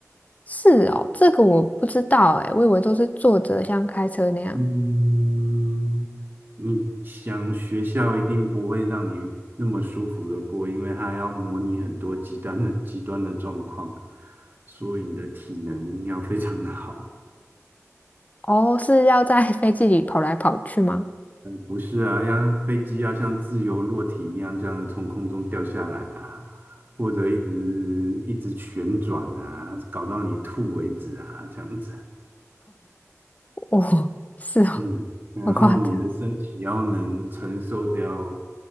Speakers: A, on the left; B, on the right.
A: 是哦，这个我不知道哎，我以为都是坐着像开车那样。
B: 嗯，你想学校一定不会让你那么舒服的过，因为它要模拟很多极端的极端的状况，所以你的体能要非常的好。
A: 哦，是要在 <laughs> 飞机里跑来跑去吗？
B: 不是啊，要飞机要像自由落体一样这样从空中掉下来啊，或者一直一直旋转啊，搞到你吐为止啊，这样子。
A: <laughs> 哦，是哦，
B: 嗯，然后你的身体要能承受掉
A: 好夸张！